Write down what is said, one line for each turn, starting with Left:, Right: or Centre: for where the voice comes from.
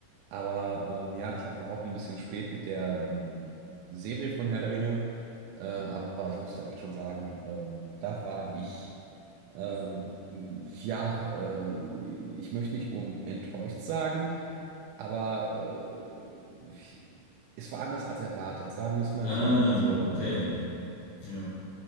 Right: Aber ähm, ja, ich hab, war auch ein bisschen spät mit der ähm, Serie von Herr der Ringe. Äh, aber ich muss da echt schon sagen, ähm, da war ich, äh, ja, äh, ich möchte nicht unenttäuscht sagen, aber äh, ich, es war anders als erwartet, sagen wir es mal
Left: Ah,
Right: so. Also
Left: okay. Ja.